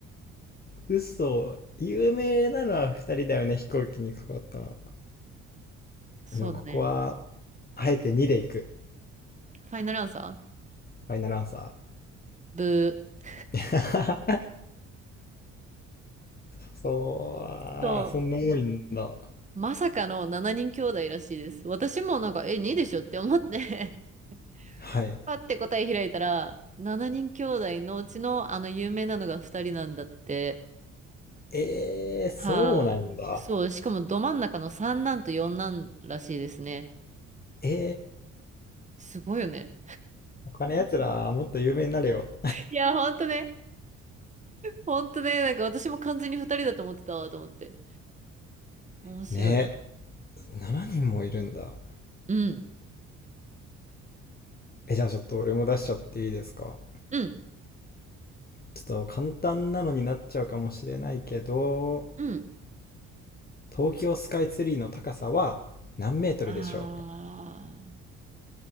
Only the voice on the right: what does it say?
そうだね。
ファイナルアンサー
ブー。
そう。まさかの7人兄弟らしいです。私もなんか、え、2でしょって思って <laughs>
パッて答え開いたら、7人兄弟のうちのあの有名なのが2人なんだって。
はい。
そう。しかもど真ん中の三男と四男らしいですね。
すごいよね。
いや、ほんとね。ほんとね。なんか私も完全に2人だと思ってたわ、と思って。面白いな。
うん。
うん。
うん。
ああ。